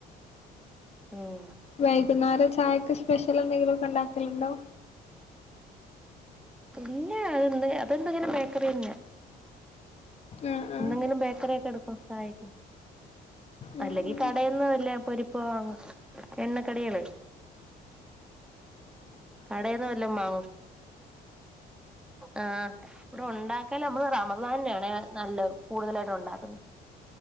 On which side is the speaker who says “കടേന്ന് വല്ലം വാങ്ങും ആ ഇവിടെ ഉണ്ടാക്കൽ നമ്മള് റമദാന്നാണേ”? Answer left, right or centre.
Centre